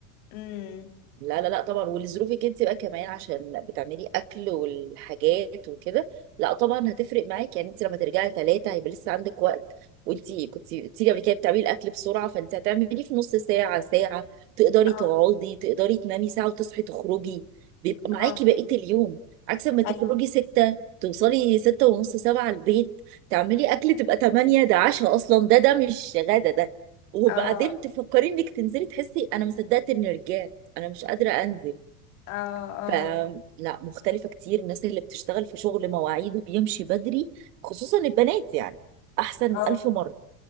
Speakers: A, on the left (about 55°); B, on the right (about 70°).
A: امم
B: لا لا لا طبعا ولظروفك انت بقى كمان عشان بتعملي اكل والحاجات وكده لا طبعا هتفرق معاك يعني انت لما ترجعي ثلاثة هيبقى لسه عندك وقت وانت كنت قلتي لي قبل كده بتعملي الاكل بسرعة فانت هتعمليه في نص ساعة ساعة تقدري
A: اه
B: تقعدي تقدري تنامي ساعة وتصحي تخرجي بيبقى معاكي
A: اه
B: بقية اليوم عكس ما تخرجي
A: اي
B: ستة توصلي ستة ونص سبعة البيت تعملي اكل تبقى تمانية ده عشاء اصلا ده ده مش غدا ده وبعدين
A: اه
B: تفكري انك تنزلي تحسي انا مصدقت اني رجعت انا مش قادره انزل
A: اه اه
B: فلا مختلفه كتير الناس اللي بتشتغل في شغل مواعيده بيمشي بدري خصوصا البنات يعني احسن
A: اه
B: الف مره